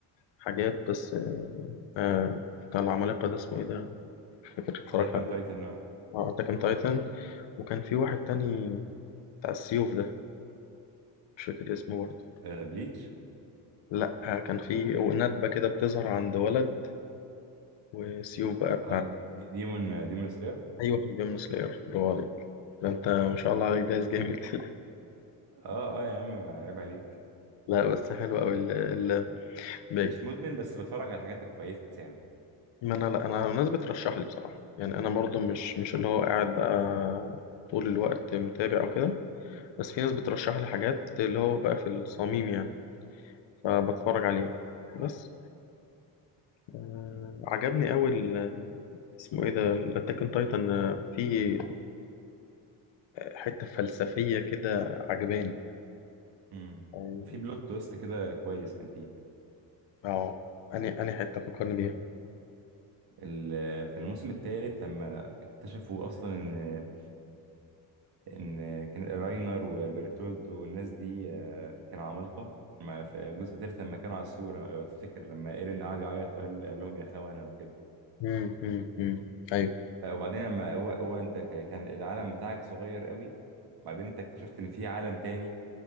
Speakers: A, on the left; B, on the right.
A: حاجات بس آه، بتاع العمالقة ده اسمه ايه ده مش فاكر اتفرجت
B: اتاك
A: عليه
B: اون تايتن اه
A: اه اتاك اون تايتن وكان في واحد تاني بتاع السيوف ده مش فاكر اسمه برضه
B: آه، بليتش
A: لا كان في ندبة كده بتظهر عند ولد وسيوف بقى بتاع
B: اه دي- دي- ديمون آه، ديمون سلاير
A: أي واحد من سلاير برافو عليك ده انت ما شاء الله عليك دايس جامد <laughs>
B: اه اه يا عم ما عيب عليك
A: لا بس حلو قوي ال ال باقي.
B: مش مدمن بس بتفرج على الحاجات الكويسه يعني
A: ما انا لا انا الناس بترشح لي بصراحة يعني انا برضه مش مش اللي هو قاعد بقى طول الوقت متابع او كده بس في ناس بترشح لي حاجات اللي هو بقى في الصميم يعني فبتفرج عليها بس آه،
B: م-
A: عجبني قوي ال- اسمه ايه ده الاتاك اون تايتن في حتة فلسفية كده عجباني
B: م.
A: يعني
B: في بلوت تويست كده كويس كان فيه
A: اه أني أني حتة فكرني بيها
B: ال- في الموسم الثالث لما اكتشفوا اصلا ان ان كان راينر وبرتولتو والناس دي آه، كانوا عمالقه لما في الجزء الثالث لما كانوا على السور لو تفتكر لما ايرين قعد يعيط وقال قال لهم يا خونه وكده
A: مم، مم، مم. أيوه
B: آه، وبعدين لما هو هو انت ك- كان العالم بتاعك صغير قوي بعدين انت اكتشفت ان في عالم تاني